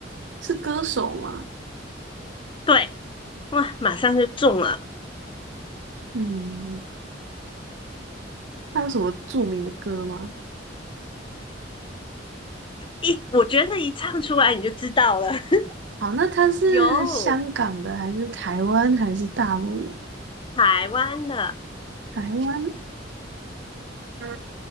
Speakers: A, on the right; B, on the left.
A: 是歌手吗？
B: 对，哇，马上就中了，
A: 嗯，他有什么著名的歌吗？
B: 一我觉得一唱出来你就知道了，
A: 好，那他是香港的还是台湾还是大陆的？
B: <laughs> 有台湾的，
A: 台湾，嗯，